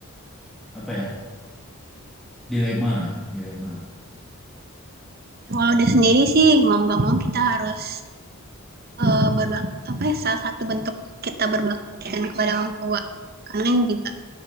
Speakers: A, in the centre; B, on the right.
A: apa ya dilema itu dilema.
B: Ya, Kalau udah sendiri sih mau nggak mau kita harus eh, berbak apa ya salah satu bentuk kita berbakti kan kepada orang tua karena juga